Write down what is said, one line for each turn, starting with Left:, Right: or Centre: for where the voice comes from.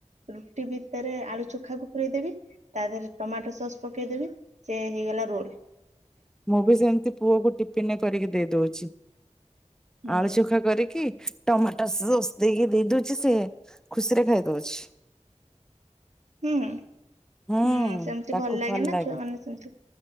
Right: ରୁଟି ଭିତରେ ଆଳୁ ଚୋଖାକୁ ପୁରେଇଦେବି ତା ଦେହରେ ଟମାଟୋ ସସ୍ ପକେଇଦେବି ସେ ହେଇଗଲା ରୋଲ୍।
Centre: ମୁଁ ବି ସେମିତି ପୁଅକୁ ଟିଫିନ କରିକି ଦେଇ ଦେଉଛି।
Right: ହୁଁ
Centre: ଆଳୁ ଚୋଖା କରିକି ଟମାଟୋ ସସ୍ ଦେଇକି ଦେଇ ଦେଉଛି ସେ ଖୁସିରେ ଖାଇ ଦଉଛି।
Right: ହୁଁ
Centre: ହୁଁଉ-ଉ
Right: ହୁଁ ସେମିତି
Centre: ତାକୁ ଭଲ
Right: ନା
Centre: ଲାଗେ।
Right: ଛୁଆ ମାନେ ସେମିତି